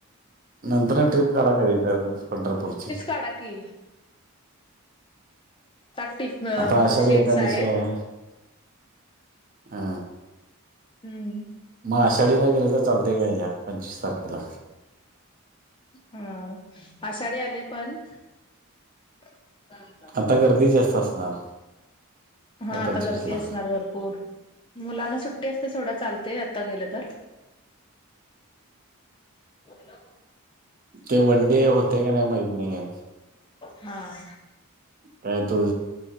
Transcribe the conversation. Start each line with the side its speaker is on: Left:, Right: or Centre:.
Right: नंतर न ट्रिप काढायला काढा कधी तर पंढरपूरची.
Left: काडा की आता टिप
Right: आता आषाढी
Left: शीट्स
Right: एकादशी
Left: आहेत
Right: आहे. आ
Left: हम्म
Right: म आषाढीला गेला तर चालतंय का या पंचवीस तारखेला?
Left: हाव आषाढी आले पण <unintelligible>
Right: आता गर्दी जास्त असणार.
Left: हा
Right: या
Left: आता
Right: पंचवीसला
Left: गर्दी असणार भरपूर. मुलांना सुट्टी असते सोडा चालते आता गेलं तर. कुणेलो
Right: ते वनडे होतय काय नाही माहित नाही.
Left: हां.
Right: काय तो